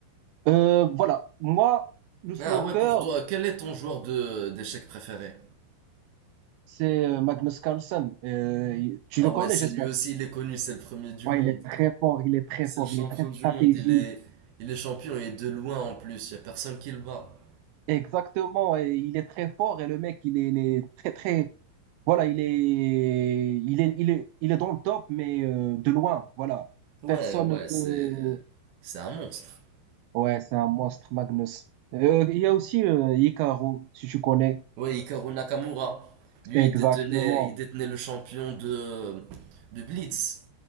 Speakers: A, on the right; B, on the right.
A: Euh, voilà. Moi, le snooker,
B: Ah ouais, pour toi, quel est ton joueur de d'échecs préféré?
A: c'est euh, Magnus Carlsen. Euh, il- tu
B: Ah
A: le
B: ouais,
A: connais,
B: c'est
A: j'espère.
B: lui aussi, il est connu, c'est le premier du
A: Ouais,
B: monde.
A: il est très fort, il est très
B: C'est
A: fort,
B: le champion
A: il est très
B: du
A: stratégique.
B: monde, il est, il est champion et de loin en plus, y a personne qui le bat.
A: Exactement, et il est très fort et le mec, il est, il est très, très, Voilà, il est, il est, il est, il est dans le top, mais euh, de loin. Voilà,
B: Ouais,
A: personne
B: ouais,
A: ne peut.
B: c'est, c'est un monstre.
A: Ouais, c'est un monstre, Magnus. Euh, il y a aussi euh, Hikaru, si tu connais.
B: Ouais, Hikaru Nakamura, lui,
A: Exactement.
B: il détenait, il détenait le champion de, de Blitz,